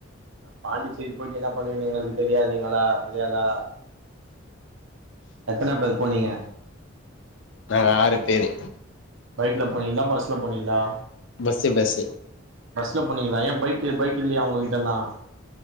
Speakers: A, on the right; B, on the left.
A: பாண்டிச்சே இப்ப போய்ட்டு என்ன பண்ணு எங்களுக்கு தெரியாதீங்கள தெரியாதா எத்தன பேர் போனீங்க
B: நாங்க ஆறு போர்
A: பைக்ல போனீங்களா பஸ்ல போனீங்களா.. !
B: பஸ் பஸ்
A: பஸ்ல பண்ணிக்கலாம் ஏன் பைக் பைக் இல்லையா உங்க கிட்ட எல்லாம்